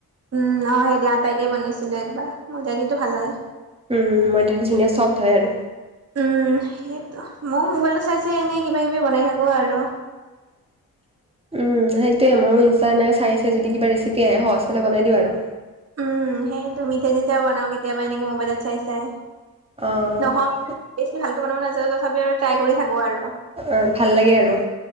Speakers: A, on the right; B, on the right.
A: উম অ সেই দিয়া আটাই দিয়ে বনাইছিলো একবাৰ ময়দা দি টো ভাল হয়।
B: উম ময়দা দি ধুনীয়া ছফ্ট হয় আৰু।
A: উম সেইটো ময়ো মোবাইলত চাই চাই এনে কিবা কিবি বনাই থাকো আৰু।
B: <inaudible> উম সেইটোৱে, মইও ইনষ্টাত এনেকে চাই চাই যদি কিবা ৰেচিপি আহে সহজ পালে বনাই দিওঁ আৰু।
A: উম সেইটো। মিঠাই চিঠাইও বনাও কেতিয়াবা এনেকে মোবাইলত চাই চাই।
B: অ
A: নহয় বেছি ভালকে বনাব নাযানো তথাপি আৰু ট্ৰাই কৰি থাকো আৰু।
B: অ ভাল লাগে আৰু।